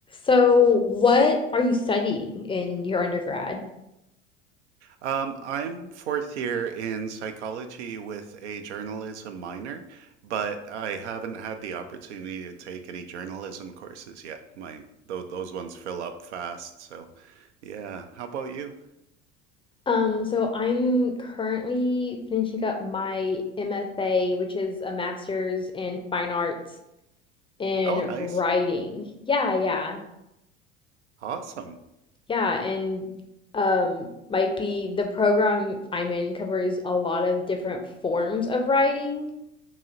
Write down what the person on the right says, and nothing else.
Um, I'm fourth year in psychology with a journalism minor, but I haven't had the opportunity to take any journalism courses yet. My tho those ones fill up fast, so yeah. How about you?
Oh, nice.
Awesome.